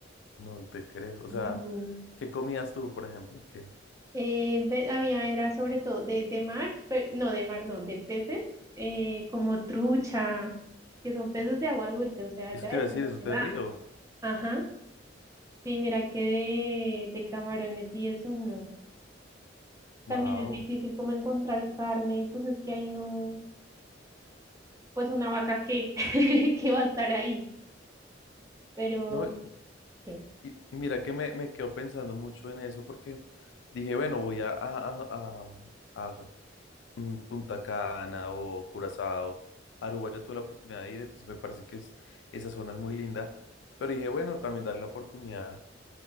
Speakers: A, on the left (about 70°); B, on the right (about 15°).
A: no te creo. O
B: Mm.
A: sea, ¿qué comías tú, por ejemplo? ¿Qué?
B: Eh, ve- había, era sobre todo de, de mar, pe- no, de mar no, de peces, eh, como trucha, que son peces de agua dulce, o sea,
A: Eso
B: ya
A: te
B: eso
A: iba a decir,
B: no
A: eso
B: se
A: te
B: da.
A: río.
B: Ajá, sí, mira que de, de camarones y eso no.
A: Wow.
B: También es difícil como encontrar carne, pues es que ahí no, pues una vaca que, <laughs> que va a estar ahí, pero
A: No, y,
B: ¿qué?
A: y- y mira que me, me quedo pensando mucho en eso porque dije, bueno, voy a, a, a- a, a, mm, Punta Cana o Curazao. Aruba ya tuve la oportunidad de ir, entonces me parece que es, esa zona es muy linda. Pero dije, bueno, también darle la oportunidad